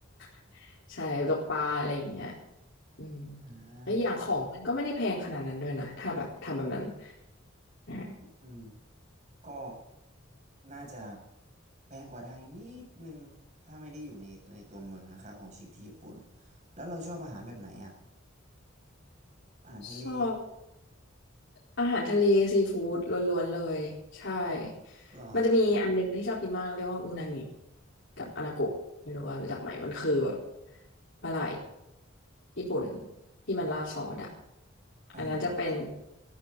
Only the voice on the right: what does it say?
อ่า
อืม ก็น่าจะแพงกว่าไทยนิดนึงถ้าไม่ได้อยู่ในตัวในตัวเมืองนะคะของชีพที่ญี่ปุ่นแล้วเราชอบอาหารแบบไหนอ่ะอาหารทะเล
เหรอ
อ่ารู้จัก